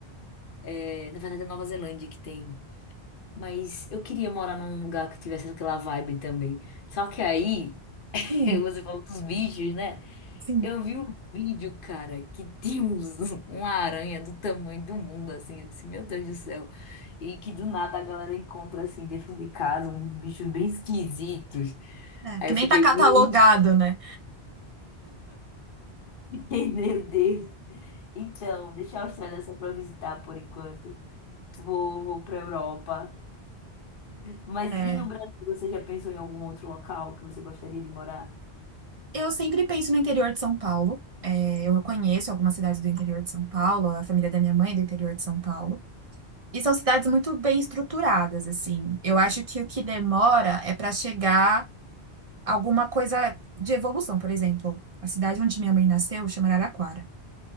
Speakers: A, on the left; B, on the right.
A: É, na verdade, é Nova Zelândia que tem. Mas eu queria morar num lugar que tivesse aquela vibe também. Só que aí, <laughs>
B: Hum,
A: você falou dos bichos, né?
B: Sim.
A: Eu vi um vídeo, cara, que tinha uns- <laughs> uma aranha do tamanho do mundo, assim. Eu disse, meu Deus do céu. E que do nada a galera encontra, assim, dentro de casa, uns bichos bem esquisitos.
B: É,
A: Aí
B: que
A: eu
B: nem
A: fiquei,
B: tá catalogado,
A: <laughs>
B: né?
A: meu Deus. Então, deixa a Austrália só pra visitar por enquanto. Vou, vou pra Europa. Mas
B: É,
A: e no Brasil, você já pensou em algum outro local que você gostaria de morar?
B: eu sempre penso no interior de São Paulo. É, eu conheço algumas cidades do interior de São Paulo, a família da minha mãe é do interior de São Paulo. E são cidades muito bem estruturadas, assim. Eu acho que o que demora é para chegar alguma coisa de evolução. Por exemplo, a cidade onde minha mãe nasceu chama Araraquara.